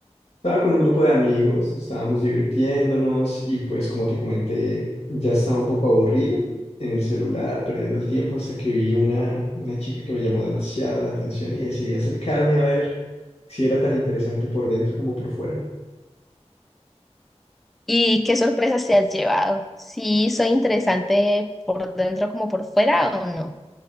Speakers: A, on the left (about 75°); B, in the centre.
A: Estaba con un grupo de amigos, estábamos divirtiéndonos y pues como te comenté, ya estaba un poco aburrido en el celular, perdiendo el tiempo hasta que vi una, una chica que me llamó demasiado la atención y decidí acercarme a ver si era tan interesante por dentro como por fuera.
B: ¿Y qué sorpresas te has llevado? ¿Sí soy interesante por dentro como por fuera o no?